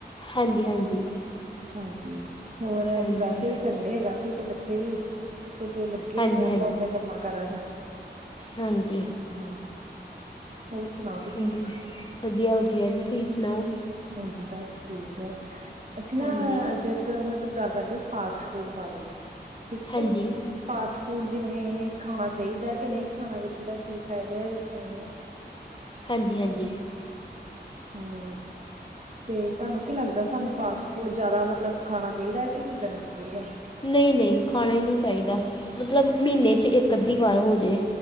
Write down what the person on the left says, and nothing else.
ਹਾਂਜੀ, ਹਾਂਜੀ,
ਹਾਂਜੀ
ਹਾਂਜੀ
ਹਾਂਜੀ,
ਹਾਂਜੀ, ਵਧੀਆ ਵਧੀਆ ਜੀ ਤੁਸੀਂ ਸੁਣਾਓ।
ਹਾਂਜੀ
ਹਾਂਜੀ
ਹਾਂਜੀ, ਹਾਂਜੀ,
ਨਹੀਂ-ਨਹੀਂ, ਖਾਣਾ ਹੀ ਨਹੀਂ ਚਾਹੀਦਾ, ਮਤਲਬ ਮ੍ਹੀਨੇ'ਚ ਇੱਕ ਇਕ ਅੱਧੀ ਵਾਰ ਹੋਜੇ,